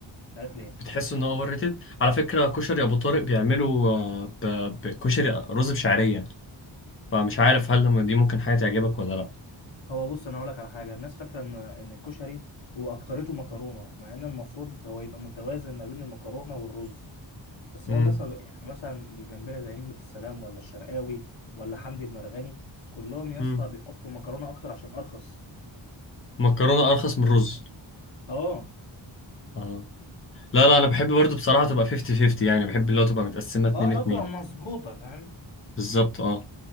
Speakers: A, on the left; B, on the left.
A: مش عارف ليه
B: بتحس انه اوفر ريتد على فكره كشري ابو طارق بيعملوا آه، ب- بكشري رز بشعريه فمش عارف هل لما دي ممكن حاجه تعجبك ولا لا
A: هو بص انا هقول لك على حاجه الناس فاكره ان ان الكشري هو اكترته مكرونه مع ان المفروض هو يبقى متوازن ما بين المكرونه والرز بس
B: امم
A: هو الناس ما بق- يعني مثلا اللي جنبنا زي نجمة السلام ولا الشرقاوي ولا حمدي المرغني كلهم يا
B: امم
A: اسطى بيحطوا مكرونة أكتر عشان أرخص
B: مكرونه ارخص من الرز
A: اه
B: اه لا لا انا
A: أنت
B: بحب برضو
A: فاهم؟
B: بصراحه تبقى 50 50 يعني بحب اللي هو تبقى متقسمه 2
A: اه لو
B: 2
A: تبقى مظبوطة فاهم
B: بالظبط اه